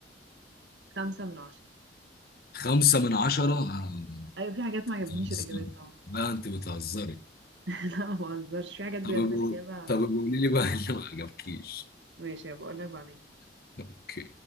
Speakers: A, on the right; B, on the left.
A: خمسة من عشرة
B: خمسه من عشره آه،
A: أيوة في حاجات ما عجبتنيش
B: بتهزري
A: الإجابات طبعا
B: لا انت بتهزري
A: <laughs> لا ما بهزرش في حاجات بجد
B: طب قول-
A: الإجابة
B: طب قولي لي بقى اللي ما عجبكيش
A: ماشي هبقول لك بعدين
B: <laughs> اوكي